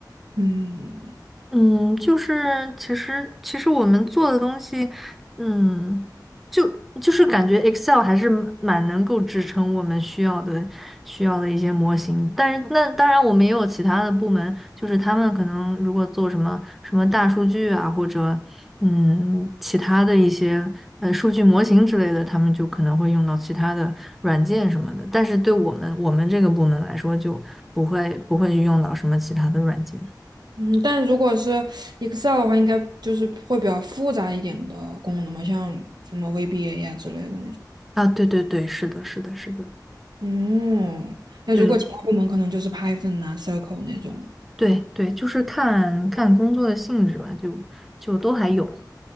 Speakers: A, on the right; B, in the centre.
A: 嗯
B: 嗯，就是其实其实我们做的东西，嗯，就就是感觉 Excel 还是蛮蛮能够支撑我们需要的需要的一些模型。但是那当然，我们也有其他的部门，就是他们可能如果做什么什么大数据啊，或者嗯其他的一些呃数据模型之类的，他们就可能会用到其他的软件什么的。但是对我们我们这个部门来说，就不会不会用到什么其他的软件。
A: 嗯，但如果是 Excel 的话，应该就是会比较复杂一点的功能嘛，像什么 VBA 呀、之类的那种。
B: 啊，对对对，是的，是的，是的，
A: 嗯，那如果其他部门可能就是
B: 对
A: Python 啊、Circle 那种了，
B: 对对，就是看看工作的性质吧，就就都还有。